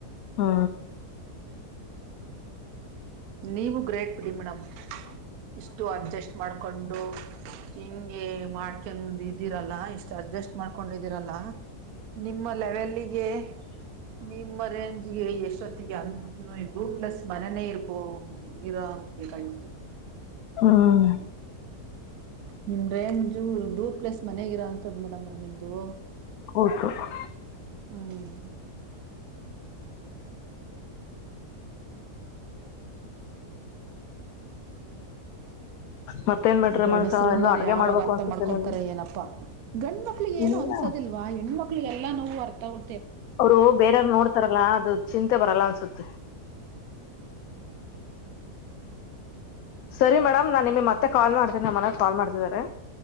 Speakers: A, on the left (about 70°); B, on the right (about 70°).
A: ಹಾ
B: ನೀವು ಗ್ರೇಟ್ ಬಿಡಿ ಮೇಡಮ್ ಇಷ್ಟು ಅಡ್ಜಸ್ಟ್ ಮಾಡ. ಕೊಂಡು ಹಿಂಗೆ ಮಾಡ್ಕೊಂಡ ಇದ್ದಿರಲ್ಲ ಇಷ್ಟ ಅಡ್ಜಸ್ಟ್ ಮಾಡ್ಕೊಂಡಿದಿರಲ್ಲ. ನಿಮ್ಮ ಲೆವೆಲ್ಗೆ ನಿಮ್ಮ ರೇಂಜ್ಗೆ ಎಷ್ಟು ಜೊತ್ತಿಗೆ ಅ ಪ್ಲಸ್ ಮನನೇ ಇರ್ಬೋ ಇರಬೇಕಾಯತು
A: ಹ್ಮ್
B: ನಿಮ್ ರೇಂಜು ಡೂ ಪ್ಲಸ್ ಮನೆಗಿರ ಅಂತದ್ ಮೇಡಮ್ರ ನಿಮ್ದು
A: ಹೌದು ಹ್ಮ್
B: ಹ್ಮ್
A: ಮತ್ತೇನ್ ಬಿಟ್ರಿ
B: ಗಣಸರುನ್ನೋರ್
A: ಮನ್ಸ ಇನ್ನು ಅಡ್ಗೆ
B: ಯಾವಾಗ
A: ಮಾಡ್ಬೇಕು
B: ಅರ್ಥ
A: ಅನ್ಸುತ್ತೆ
B: ಮಾಡ್ಕೊಂತಾರ
A: ನೀವು
B: ಏನಪ್ಪಾ ಗಂಡ ಮಕ್ಳಿಗೆ ಏನೋ
A: ಇಲ್ಲ
B: ಅನ್ಸೋದಿಲ್ವಾ ನ ಮಕ್ಳಿಗೆ ಎಲ್ಲ ನಾವು ಅರ್ಥ ಉ
A: ಅವ್ರು ಬೇರವ್ರು ನೋಡ್ತಾರಲ್ಲ ಅದು ಚಿಂತೆ ಬರಲ್ಲ ಅನ್ಸುತ್ತೆ.
B: ಹ್ಮ್
A: ಸರಿ ಮೇಡಮ್ ನಾನ್ ನಿಮಗೆ ಮತ್ತೆ ಕಾಲ್ ಮಾಡ್ತೀನಿ ನಮ್ಮ ಮನಾಗ ಕಾಲ್ ಮಾಡ್ತಿದಿದ್ದಾರೆ.